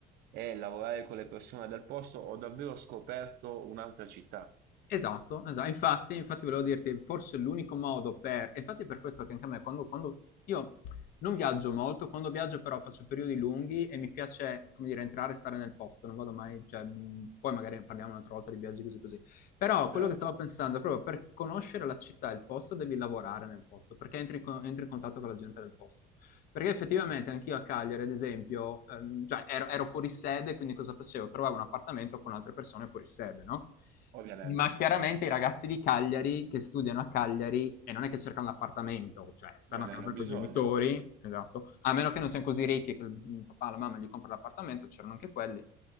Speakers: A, on the right; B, on the left.
A: e lavorare con le persone del posto, ho davvero scoperto un'altra città.
B: Esatto, esa infatti infatti volevo dirti, forse l'unico modo per e infatti è per questo che anche a me quando quando io non viaggio molto, quando viaggio però faccio periodi lunghi e mi piace, come dire, entrare e stare nel posto, non vado mai cioè, mhmm, poi magari ne parliamo un'altra volta di viaggi così, così. Però
A: Certo.
B: quello che stavo pensando è proprio per conoscere la città e il posto devi lavorare nel posto, perché entri co entri in contatto
A: sì.
B: con la gente del posto. Perché effettivamente
A: Sì,
B: anch'io a Cagliari, ad esempio, ehm, cioè ero, ero fuori sede, quindi cosa facevo? Trovavo un appartamento con altre persone fuori sede, no?
A: ovviamente,
B: Ma chiaramente i ragazzi di Cagliari che studiano a Cagliari e non è che cercano l'appartamento, cioè stanno
A: non
B: a
A: ne
B: casa
A: hanno bisogno,
B: con i genitori, esatto, a meno che non siano così ricchi che il il papà o la mamma gli compra l'appartamento, c'erano anche quelli.